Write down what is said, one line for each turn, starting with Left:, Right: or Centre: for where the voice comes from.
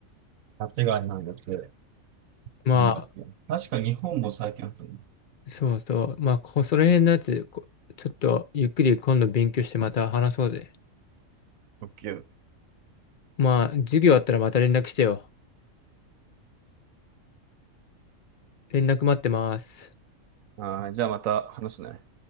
Right: 間違いないだって、
Left: まあ、
Right: なんだっけ。確か日本も最近あったの。
Left: そうそう。まあ、こその辺のやつ、こちょっとゆっくり今度勉強してまた話そうぜ。
Right: オッケー。
Left: まあ、授業あったらまた連絡してよ。連絡待ってます。
Right: ああ、じゃあまた話すね。